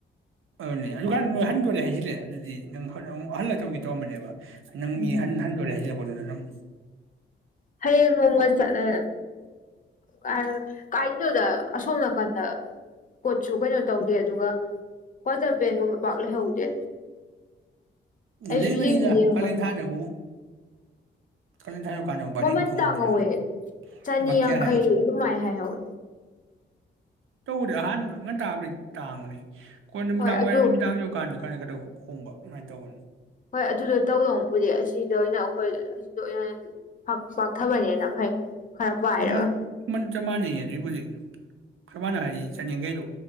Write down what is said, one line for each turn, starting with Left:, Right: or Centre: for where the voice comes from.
Right: ꯑꯗꯨꯅꯦ ꯑꯗꯨꯀꯥꯟꯗ ꯅꯣꯏ ꯍꯟꯗꯣꯔꯦ ꯍꯥꯏꯁꯤꯜꯂꯦ ꯑꯗꯨꯗꯤ ꯅꯪ ꯑꯃꯨꯛ ꯍꯜꯂꯒ ꯇꯔꯛꯀꯦ ꯇꯧꯔꯝꯕꯅꯦꯕ ꯅꯪ
Left: ꯎꯝ
Right: ꯃꯤ ꯍꯟ ꯍꯟꯗꯣꯔꯦ ꯍꯥꯏꯖꯤꯜꯂꯛ ꯑꯣꯅꯔꯦꯔꯝ
Left: ꯍꯌꯦꯡ ꯅꯣꯡꯃꯥꯢ ꯆꯠꯂꯦ ꯀꯥꯏꯗꯩꯅꯣ ꯀꯥꯏꯗꯅꯣꯗ ꯑꯁꯣꯝ ꯅꯥꯀꯟꯗ ꯄꯣꯠꯁꯨ ꯀꯩꯅꯣ ꯇꯧꯗꯦ ꯑꯗꯨꯒ ꯀ꯭ꯋꯥꯇꯔ ꯄꯦꯟꯒꯨꯝꯕ ꯄꯥꯛ ꯂꯩꯍꯧꯗꯦ ꯑꯩꯁꯨ
Right: ꯂꯤꯕꯅꯤꯗ
Left: ꯌꯦꯡꯗꯤ ꯌꯦꯡꯉꯨꯕꯅꯤ
Right: ꯀꯂꯦꯟ ꯊꯥꯗꯕꯨ ꯀꯥꯂꯦꯟ ꯊꯥ ꯌꯧꯀꯥꯟꯗꯕꯨ ꯚꯥꯔꯤ
Left: ꯃꯃꯟ
Right: ꯑꯃ ꯊꯣꯡꯉꯅꯤꯗ
Left: ꯇꯥꯡꯍꯧꯋꯦ ꯆꯅꯤꯌꯥꯡꯈꯩ
Right: ꯂꯨꯄꯥ ꯀꯌꯥ ꯍꯥꯏ
Left: ꯑꯗꯨꯃꯥꯏꯅ ꯍꯥꯏꯍꯧꯋꯦ
Right: ꯇꯧꯕꯗꯤ ꯑꯍꯥꯟꯕ ꯉꯟꯇꯥꯕꯨꯗꯤ ꯇꯥꯡꯕꯅꯤ ꯀꯣꯟꯅ ꯅꯨꯃꯤꯗꯥꯡꯋꯥꯏꯔꯝ
Left: ꯍꯣꯏ ꯑꯗꯨ
Right: ꯅꯨꯃꯤꯗꯥꯡ ꯌꯧꯀꯥꯟꯗ ꯗꯨꯀꯥꯟ ꯈꯔꯗꯤ ꯇꯧ ꯍꯣꯡꯕ ꯑꯗꯨꯃꯥꯏꯅ ꯇꯧꯕꯅꯤ
Left: ꯍꯣꯏ ꯑꯗꯨꯗ ꯇꯧꯗꯧꯄꯨꯗꯤ ꯑꯁꯤꯗ ꯑꯣꯏꯅ ꯑꯩꯈꯣꯏ ꯑꯁꯤꯗ ꯑꯣꯏꯅ ꯐꯥꯛ ꯄꯥꯛꯊꯕꯅꯍꯦꯟꯅ ꯐꯩ ꯈꯔ ꯄꯥꯏꯔꯒ
Right: ꯃꯃꯟ ꯃꯃꯟ ꯆꯞ ꯃꯥꯟꯅꯩꯌꯦ ꯑꯗꯨꯏꯕꯨꯗꯤ ꯁꯨꯃꯥꯏꯅ ꯍꯥꯏꯗꯤ ꯆꯅꯤꯌꯥꯡꯈꯩꯗꯣ